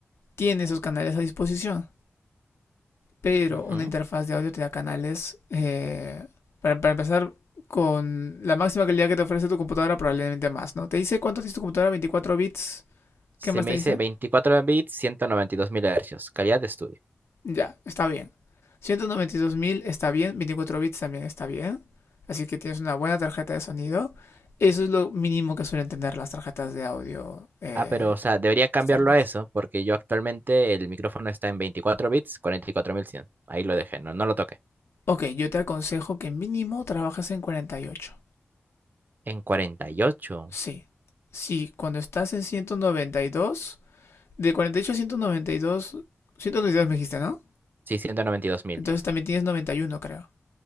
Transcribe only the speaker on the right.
ujú.
Se
me
dice
24 bits, ciento noventa y dos mil hercios, calidad de estudio.
Ah, pero, o sea, debería cambiarlo
a eso, porque yo actualmente el micrófono está en 24 bits, cuarenta y cuatro mil cien Ahí lo dejé, no, no lo toqué.
En cuarenta y ocho
Sí, ciento noventa y dos mil,
dice.